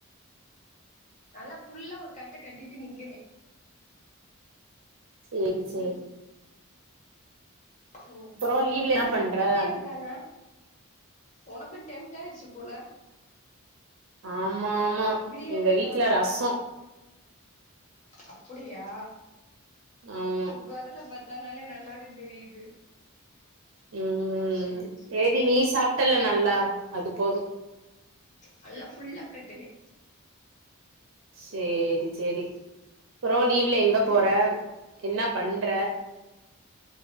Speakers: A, on the left (about 35°); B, on the right (about 60°).
A: நல்லா ஃபுல்லா ஒரு கட்டு கட்டிட்டு நிக்கிறே
B: சேரி சேரி
A: ம் ம்
B: அப்றோ லீவ்ல
A: என்ன
B: பண்ற
A: சத்தத்தேய காணோ உனக்கு டெம்ட் ஆய்டுச்சு போல
B: ஆமாமா
A: பிரியாணின்ன
B: எங்க வீட்டுல ரசோ
A: அப்புடியா
B: ஆமா
A: கொரல பாத்தனாலே நல்லாவே தெரியுது
B: ம்
A: சேரி சேரி
B: செரி நீ சாப்ட்டல்ல நல்லா அது போது
A: நல்லா ஃபுல்லா கட்டுனே
B: சேரி சேரி அப்றோ லீவ்ல எங்க போற
A: ம்
B: என்ன பண்ற